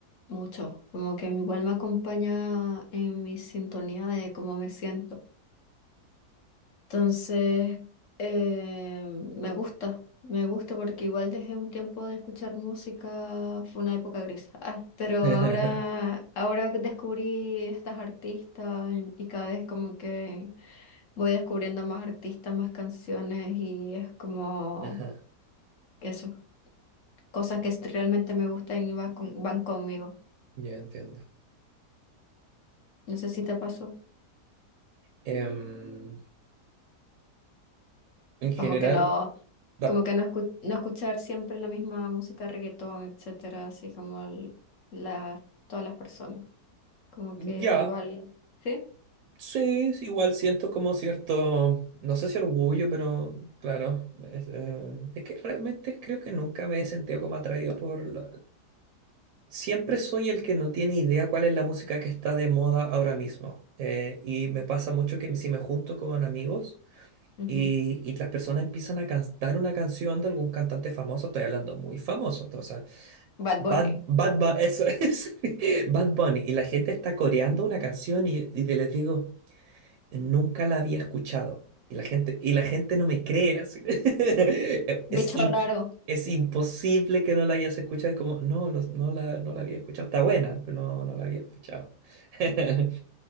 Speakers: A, on the left (about 55°); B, on the right (about 65°).
A: mucho, como que igual me acompaña en mi sintonía de cómo me siento. Entonces, eh, me gusta, me gusta porque igual dejé un tiempo de escuchar música, fue una época gris, Ah, pero
B: <laughs>
A: ahora, ahora descubrí estas artistas y, y cada vez como que voy descubriendo más artistas, más canciones y es como
B: Ajá,
A: eso, cosas que es- realmente me gustan y va con- van conmigo.
B: yo entiendo.
A: No sé si te pasó,
B: Em, en general,
A: como que no.
B: dale.
A: Como que no, escu- no escuchar siempre la misma música, reggaetón, etcétera, así como el- la, todas las personas. Como que
B: Ya,
A: igual, ¿sí?
B: sí, sí, igual siento como cierto, no sé si orgullo, pero claro, es, eh, es que realmente creo que nunca me he sentido como atraído por la... Siempre soy el que no tiene idea cuál es la música que está de moda ahora mismo. Eh, y me pasa mucho que si me junto con amigos
A: Ujú.
B: Y, y las personas empiezan a cantar una canción de algún cantante famoso, estoy hablando muy famoso, o sea,
A: Bad
B: Bad,
A: Bunny.
B: Bad Bu- eso es, <laughs> Bad Bunny, y la gente está coreando una canción y, y de- les digo, nunca la había escuchado, y la gente, y la gente no me cree, así. <laughs> Es,
A: Bicho
B: im-
A: raro.
B: es imposible que no la hayas escuchado, es como, no, los- no la, no la había escuchado, está buena, pero no, no la había escuchado. <laughs>